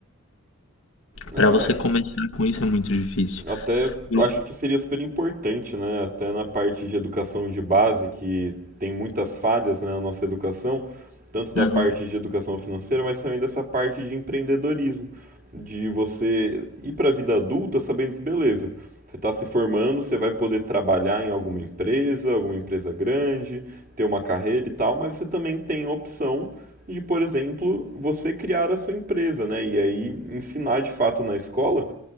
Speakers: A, on the right; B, on the left.
A: É,
B: para você começar com isso é muito difícil.
A: Até
B: Eu-
A: acho que seria super importante, né? Até na parte de educação de base, que tem muitas falhas, né, na nossa educação, tanto da
B: Aham.
A: parte de educação financeira, mas também dessa parte de empreendedorismo, de você ir para a vida adulta sabendo que, beleza, você está se formando, você vai poder trabalhar em alguma empresa, alguma empresa grande, ter uma carreira e tal, mas você também tem a opção de, por exemplo, você criar a sua empresa, né? E aí ensinar de fato na escola